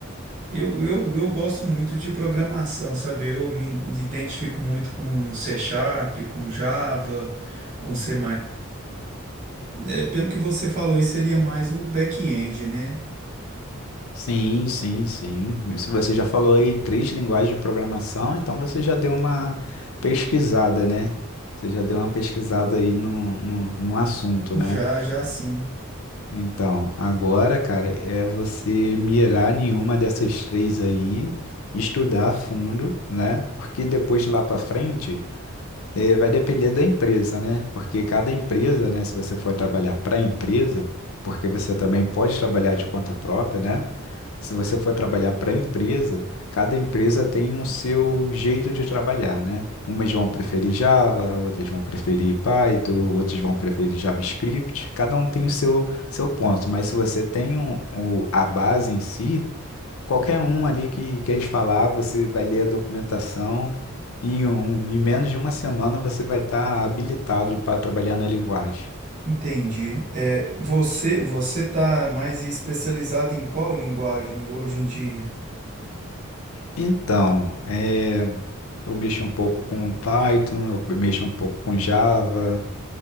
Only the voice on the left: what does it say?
Sim, sim, sim. Isso Você já falou aí três linguagens de programação, então você já deu uma pesquisada, né? Você já deu uma pesquisada aí no, no, no assunto,
né?
Então, agora, cara, é você mirar nenhuma dessas três aí, estudar a fundo, né? Porque depois lá pra frente. É, vai depender da empresa, né? Porque cada empresa, né? Se você for trabalhar para empresa, porque você também pode trabalhar de conta própria, né? Se você for trabalhar para empresa, cada empresa tem o seu jeito de trabalhar, né? Umas vão preferir Java, outras vão preferir Python, outras vão preferir JavaScript. Cada um tem o seu, seu ponto, mas se você tem um- o, a base em si, Qualquer um ali que, que eles falar, você vai ler a documentação. Em, um, em menos de uma semana você vai estar habilitado para trabalhar na linguagem.
Então, é, eu mexo um pouco com Python, eu mexo um pouco com Java.